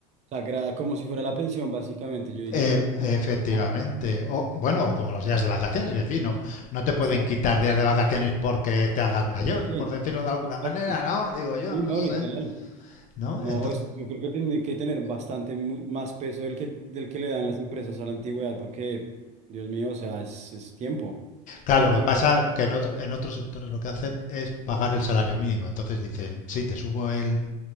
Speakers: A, on the right (about 35°); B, on the left (about 40°).
A: O sea, gra- como si fuera la pensión, básicamente, yo diría.
B: E-
A: O
B: efectivamente.
A: sea,
B: O, bueno, como los días de vacaciones, es decir, no, no te pueden
A: exacto.
B: quitar días de vacaciones porque te hagas mayor,
A: Porque sí,
B: por decirlo de alguna
A: exacto.
B: manera, ¿no? Digo yo,
A: Sí,
B: no
A: no,
B: sé.
A: literal.
B: ¿No?
A: No,
B: entonces.
A: es, yo creo que tiene que tener bastante mu- más peso del que, del que le dan las empresas a la antigüedad, porque, Dios mío, o sea, es, es tiempo,
B: Claro,
A: tiempo
B: lo que
A: de
B: pasa
A: una persona,
B: que en, otro- en otros sectores lo que hacen es pagar el salario mínimo. Entonces dicen, sí, te subo el,